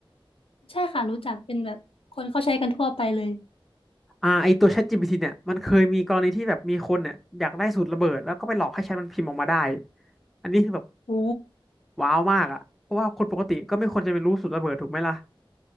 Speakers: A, on the left; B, in the centre.
A: ใช่ค่ะรู้จักเป็นแบบคนเขาใช้กันทั่วไปเลย
B: อ่าไอตัว ChatGPT เนี่ยมันเคยมีกรณีที่แบบมีคนเนี่ยอยากได้สูตรระเบิดแล้วก็ไปหลอกให้แชทมันพิมพ์ออกมาได้ อันนี้คือแบบ
A: โอ้
B: ว้าวมากอ่ะเพราะว่าคนปกติก็ไม่ควรจะไปรู้สูตรระเบิดถูกไหมล่ะ